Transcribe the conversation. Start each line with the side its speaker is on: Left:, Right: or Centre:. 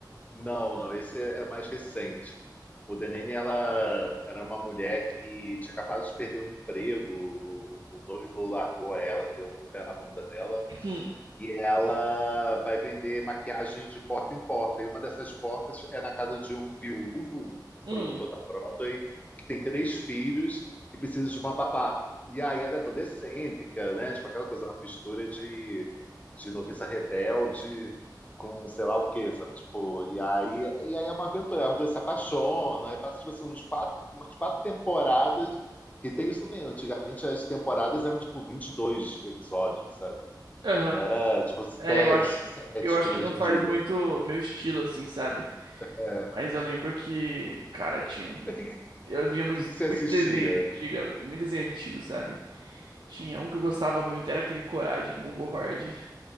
Left: Não, não, esse é é mais recente. O Denene, ela era uma mulher que tinha acabado de perder o emprego, o noivo largou ela, deu um pé na bunda dela
Right: <laughs> Hum,
Left: e ela vai vender maquiagem de porta em porta. E uma dessas portas é na casa de um viúvo, um
Right: hum,
Left: produtor da Broadway, que tem três filhos e precisa de uma babá. E aí ela é toda excêntrica, né? Tipo aquela coisa, uma mistura de, de noviça rebelde com sei lá o quê, sabe? Tipo, e aí, e aí é uma aventura. Os dois se apaixonam, aí passa tipo assim, uns quatro, umas quatro temporadas. Que tem isso também. Antigamente as temporadas eram tipo 22 episódios, sabe?
Right: aham.
Left: Não era tipo
Right: É,
Left: 10,
Right: eu acho,
Left: 7,
Right: eu acho
Left: que
Right: que
Left: nem hoje
Right: não faz
Left: em dia.
Right: muito meu estilo, assim, sabe?
Left: É.
Right: Mas eu lembro que, cara, tinha... mu-
Left: O que,
Right: Eu via muito,
Left: que, que você
Right: muito
Left: assistia?
Right: desenho antigo, muito desenho antigo, sabe? Tinha um que eu gostava muito, era aquele Coragem com o Covarde.